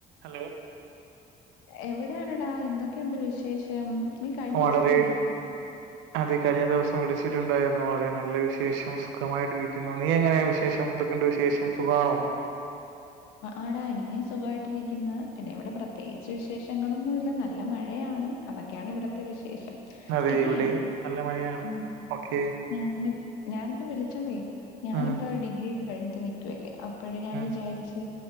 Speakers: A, on the right; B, on the left.
A: Hello
B: എവിടെയാണെടാ എന്തൊക്കെയുണ്ട് വിശേഷം നീ കഴിഞ്ഞ
A: വളരെ
B: ദിവസം എന്നെ വിളിച്ച
A: അതെ കഴിഞ്ഞ ദിവസം വിളിച്ചിട്ടുണ്ടായിരുന്നു. വളരെ നല്ല വിശേഷം സുഖമായിട്ടിരിക്കുന്നു. നീ എങ്ങനെയാ വിശേഷം എന്തൊക്കെണ്ട് വിശേഷം സുഖമാണോ?
B: ആട അനം സുഖമായിട്ടിരിക്കുന്ന പിന്നെ ഇവിടെ പ്രത്യേകിച്ച് വിശേഷങ്ങളൊന്നും ഇല്ല നല്ല മഴയാണ് അതൊക്കെയാണ് ഇവിടത്തെ വിശേഷം
A: അതെ
B: പിന്നെ
A: ഇവിടെയും നല്ല മഴയാണ്
B: ഉം
A: ഓക്കെ
B: ഞങ്ങ ഞാനിപ്പ വിളിച്ചതേ ഞാനിപ്പോ
A: ഉം
B: ഡിഗ്രിക്കെ കഴിഞ്ഞിട്ട് നിക്കുവല്ലേ അ ഇപ്പോഴ ഞാൻ
A: ഉം
B: വിചാരിച്ചു